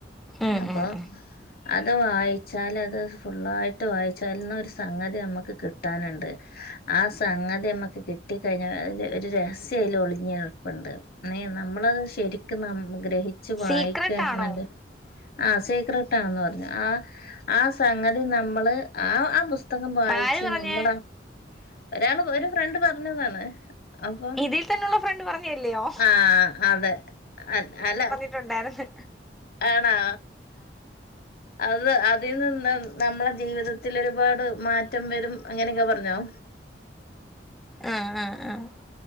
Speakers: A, in the centre; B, on the left.
A: ഉം
B: അപ്പൊ
A: ഉം ഉം
B: അത് വായിച്ചാൽ അത് ഫുള്ളായിട്ട് വായിച്ചാലന്ന സംഗതി നമുക്ക് കിട്ടാനുണ്ട് ആഹ് സംഗതി നമുക്ക് കിട്ടിക്കഴിഞ്ഞാ ഒരു രഹസ്യൽ ഒളിഞ്ഞപ്പുണ്ട് അ നമ്മളത് ശരിക്കും ന ഗ്രഹിച്ച് വായിക്കണെന്നണ്ട്
A: സീക്രട്ട് ആണോ
B: ആ സീക്രട്ട ആണെന്ന് പറഞ്ഞു ആ ആ സംഗതി നമ്മള് ആ ആ പുസ്തക പുത്തകം വായിച്ച്
A: ആര് പറഞ്ഞ്
B: നമ്മളാ ഒരാള് ഒരു ഫ്രണ്ട് പറഞ്ഞതാണ് അപ്പൊ
A: ഇതിൽ തന്നെയുള്ള ഫ്രണ്ട് പറഞ്ഞല്ലയോ
B: ആഹ് അതെ അതെ അല്ല
A: ണ്ടായിരുന്ന്
B: ആണാ അത് അതിനിന്ന് നമ്മളെ ജീവിതത്തിൽ ഒരുപാട് മാറ്റം വരും അങ്ങനെയൊക്കെ പറഞ്ഞോ
A: ആഹ് ആഹ് ആഹ്